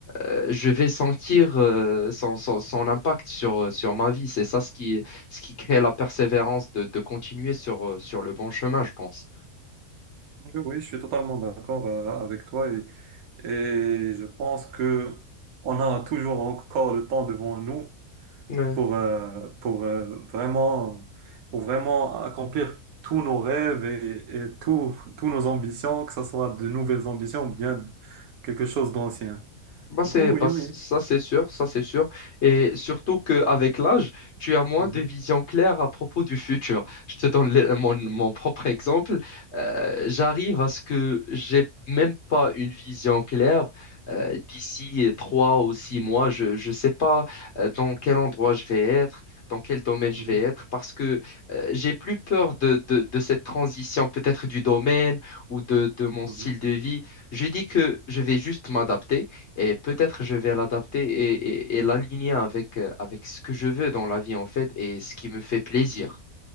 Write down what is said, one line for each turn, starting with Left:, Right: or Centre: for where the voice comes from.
Left: euh, je vais sentir euh, son, son- son impact sur, euh, sur ma vie. C'est ça ce qui, ce qui crée la persévérance de, de continuer sur, euh, sur le bon chemin, je pense.
Right: Oui, oui, je suis totalement d'accord euh, avec toi et, et je pense que on a toujours encore le temps devant nous
Left: Ouais.
Right: pour, euh, pour, euh, vraiment, pour vraiment accomplir tous nos rêves et, et tous tous nos ambitions, que ce soit de nouvelles ambitions ou bien quelque chose d'ancien.
Left: Bah c'est,
Right: Du coup,
Left: bah
Right: oui, oui.
Left: c- ça c'est sûr, ça c'est sûr. Et surtout qu'avec l'âge, tu as moins
Right: Mhm,
Left: de vision claire à propos du futur. Je te donne le- mon, mon propre exemple. Euh, j'arrive à ce que j'ai même pas une vision claire euh, d'ici trois ou six mois. Je ne sais pas euh, dans quel endroit je vais être. dans quel domaine je
Right: mhm,
Left: vais être, parce que euh, j'ai plus peur de, de, de cette transition peut-être du domaine ou de, de mon style
Right: mhm.
Left: de vie. Je dis que je vais juste m'adapter et peut-être je vais l'adapter et, et, et l'aligner avec, euh, avec ce que je veux dans la vie, en fait, et ce qui me fait plaisir.